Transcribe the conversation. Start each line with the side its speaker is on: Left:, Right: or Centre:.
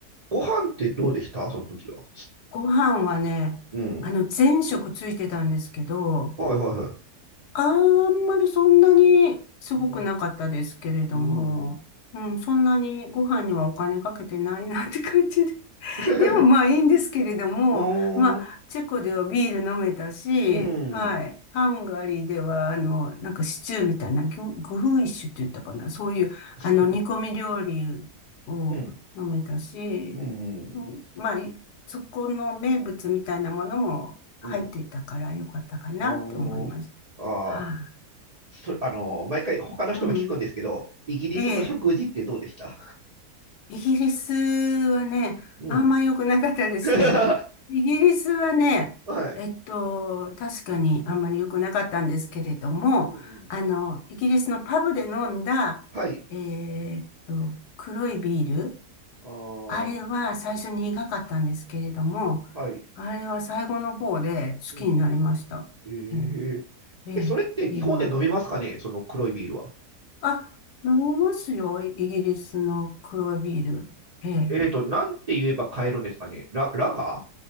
Right: ご飯ってどうでしたその時は。
Left: ご飯はね、
Right: うん。
Left: あの、全食ついてたんですけど、
Right: はいはいは
Left: あんまりそんなにすごくなかったですけれども、
Right: い。うん。うん。
Left: うん、そんなにご飯にはお金かけてないなって感じで。<laughs>
Right: <laughs>
Left: でもまあいいんですけれども、
Right: うーん。
Left: まあチェコではビール飲めたし、
Right: うん。
Left: はい。ハンガリーでは、あの、なんかシチューみたいな、グ、グフイシュって言ったかな。そういう、
Right: うん。
Left: あの、煮込み料理を飲めたし、
Right: うん。うん。
Left: うんまあ、いそこの名物みたいなものも入っていたからよかったかなって思います。
Right: うん。うんあーあー。
Left: はい
Right: そ、あのー、毎回他の人も聞くんですけど、
Left: うん。
Right: イギリスの食事ってどうでした
Left: ええ、イギリスはね、
Right: うん。
Left: あんま良くなかったですね。
Right: <laughs>
Left: イギリスはね、
Right: はい。
Left: えっと、確かにあんまり良くなかったんですけれども、
Right: うん。
Left: あの、イギリスのパブで飲んだ、
Right: はい。
Left: えーっと、黒いビール、
Right: あ
Left: あれは最初に苦かったんですけれども、
Right: あ、はい。
Left: あれは最後の方で好きになりました。
Right: うん。え
Left: ええ、
Right: ー、
Left: ええ、
Right: え、それって日本で飲みますかね、
Left: ビールは。
Right: その黒いビールは。
Left: あ、飲みますよ、イギリスの黒いビール。ええ
Right: えっと、なんて言えば買えるんですかね。ラ、ラガ